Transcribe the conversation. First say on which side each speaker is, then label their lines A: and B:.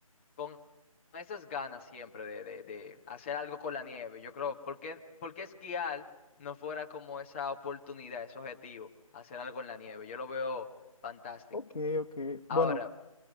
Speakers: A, on the left (about 20°); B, on the left (about 80°).
A: con esas ganas siempre de, de, de hacer algo con la nieve. Yo creo, ¿por qué, por qué esquiar no fuera como esa oportunidad, ese objetivo, hacer algo en la nieve? Yo lo veo fantástico.
B: Ok, ok.
A: Ahora,
B: Bueno,